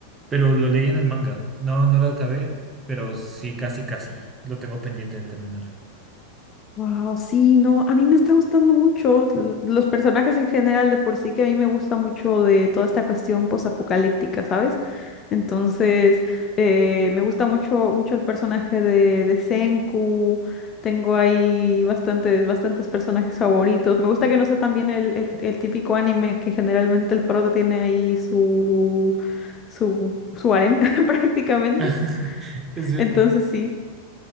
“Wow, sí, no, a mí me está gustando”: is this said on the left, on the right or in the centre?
Left